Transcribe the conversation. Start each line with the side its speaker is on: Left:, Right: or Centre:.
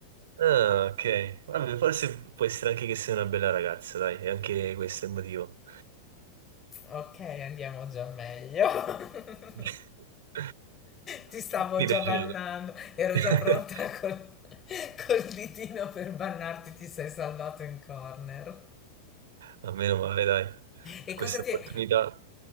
Right: Ah, ok. Vabbè, forse può essere anche che sei una bella ragazza, dai, e anche questo è il motivo.
Left: Ok, andiamo già meglio. <laughs>
Right: <laughs>
Left: Ti stavo
Right: Mi
Left: già
Right: piace.
Left: bannando, ero
Right: <laughs>
Left: già pronta col, col ditino per bannarti, ti sei salvato in corner.
Right: A meno male, dai,
Left: E
Right: questa
Left: cosa ti
Right: opportunità
Left: è,